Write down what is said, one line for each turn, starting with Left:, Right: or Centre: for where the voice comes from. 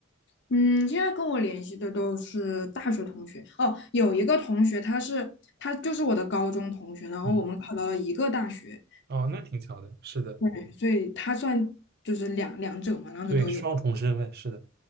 Left: 嗯，现在跟我联系的都是大学同学哦，有一个同学他是他就是我的高中同学，然后我们考到了一个大学，
Right: 嗯，哦，那挺巧的，是的，
Left: 对，所以他算就是两两者嘛，两者都有。
Right: 对，双重身份，是的，